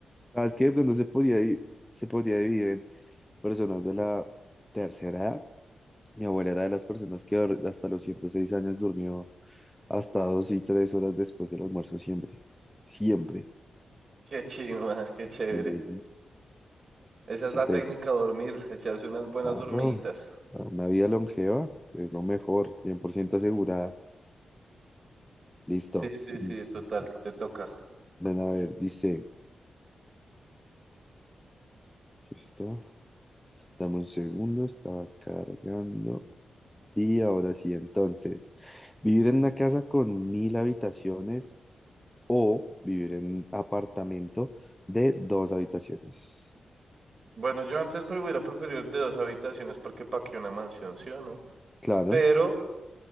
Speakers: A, in the centre; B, on the right.
A: ¿Sabes qué? De pronto se podía, di- se podía dividir en personas de la tercera edad. Mi abuela era de las personas que dor- hasta los 106 años durmió hasta dos y tres horas después del almuerzo siempre. Siempre.
B: Qué chima, qué chévere.
A: Yo le-
B: Esa
A: Se
B: es la
A: te
B: técnica, dormir, echarse unas buenas
A: Claro,
B: dormiditas.
A: para una vida longeva es lo mejor, 100% asegurada. Listo.
B: Sí, sí,
A: Entonces,
B: sí, total, te toca.
A: Ven a ver, dice, aquí está, dame un segundo, está cargando. Y ahora sí, entonces, vivir en una casa con mil habitaciones o vivir en un apartamento de dos habitaciones.
B: Bueno, yo antes pero hubiera preferido de dos habitaciones porque pa' qué una mansión, ¿sí o no?
A: Claro,
B: Pero